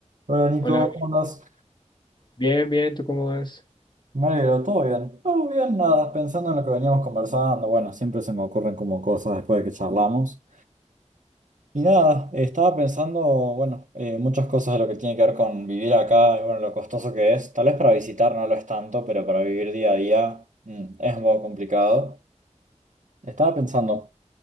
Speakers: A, on the right; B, on the left.
A: Hola Nico,
B: Hola,
A: ¿cómo andas?
B: bien, bien, ¿tú cómo vas?
A: Me alegro, ¿todo bien? Todo bien, nada, pensando en lo que veníamos conversando, bueno, siempre se me ocurren como cosas después de que charlamos. Y nada, estaba pensando, bueno, eh, muchas cosas de lo que tiene que ver con vivir acá y bueno, lo costoso que es. Tal vez para visitar no lo es tanto, pero para vivir día a día mm, es un poco complicado. Estaba pensando,